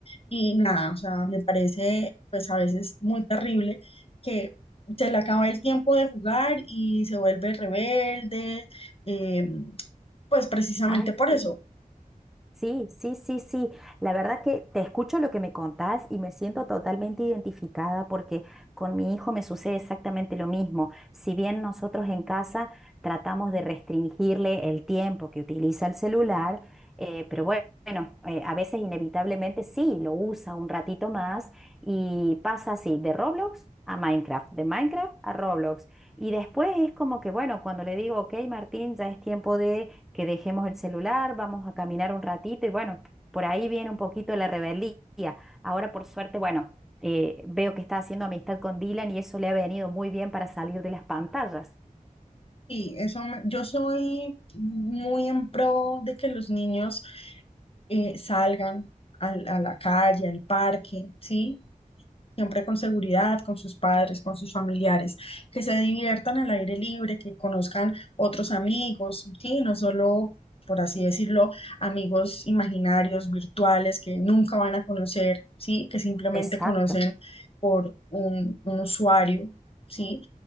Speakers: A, on the left (about 40°); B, in the centre.
A: Y nada, o sea, me parece pues a veces muy terrible que... Se le acaba el tiempo de jugar y se vuelve rebelde, eh, pues precisamente
B: Ay,
A: por
B: sí.
A: eso,
B: Sí, sí, sí, sí. La verdad que te escucho lo que me contás y me siento totalmente identificada porque con mi hijo me sucede exactamente lo mismo. Si bien nosotros en casa tratamos de restringirle el tiempo que utiliza el celular, eh, pero bue- bueno, eh, a veces inevitablemente sí, lo usa un ratito más y pasa así, de Roblox a Minecraft, de Minecraft a Roblox. Y después es como que, bueno, cuando le digo, ok, Martín, ya es tiempo de que dejemos el celular, vamos a caminar un ratito y bueno, por ahí viene un poquito la rebeldía. Ahora por suerte, bueno, eh, veo que está haciendo amistad con Dylan y eso le ha venido muy bien para salir de las pantallas.
A: Sí, eso me- yo soy muy en pro de que los niños eh, salgan al- a, la calle, al parque, ¿sí? Siempre con seguridad, con sus padres, con sus familiares, que se diviertan al aire libre, que conozcan otros amigos, ¿sí? No solo, por así decirlo, amigos imaginarios, virtuales, que nunca van a conocer, ¿sí? Que simplemente
B: Exacto.
A: conocen por un, un usuario, ¿sí?